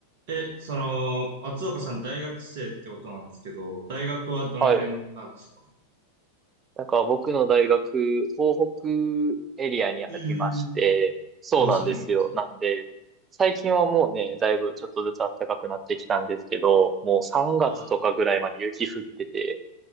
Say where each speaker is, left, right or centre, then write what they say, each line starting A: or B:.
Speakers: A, on the right (about 45°); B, on the right (about 20°).
A: え、その、松岡さん大学生ってことなんですけど、大学はどの辺なんですか
B: はい。なんか僕の大学、東北エリアにありまして、
A: ええ
B: そうなんですよ。
A: あ、そうなんですね。
B: なんで、最近はもうね、だいぶちょっとずつ暖かくなってきたんですけど、もう3月とかぐらいまで雪降ってて、
A: あ、